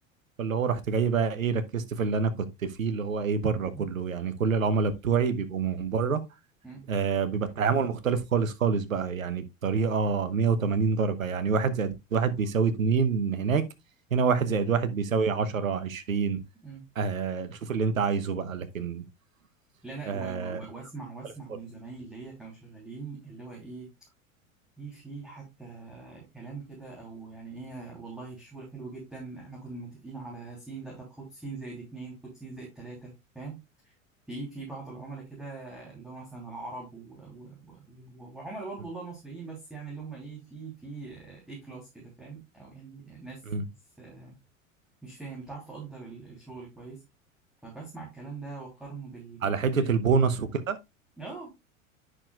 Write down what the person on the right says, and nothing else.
فاللي هو رحت جاي بقى ايه ركزت في اللي انا كنت فيه اللي هو ايه بره كله
يعني كل العملاء بتوعي بيبقوا من بره
آه بيبقى التعامل مختلف خالص خالص بقى يعني بطريقة 180 درجة يعني واحد زائد واحد بيساوي اتنين هناك هنا
واحد زائد واحد بيساوي عشرة عشرين
آه شوف اللي انت عايزه بقى لكن
آه
مختلف خالص
م-
م.
على حتة
البونص وكده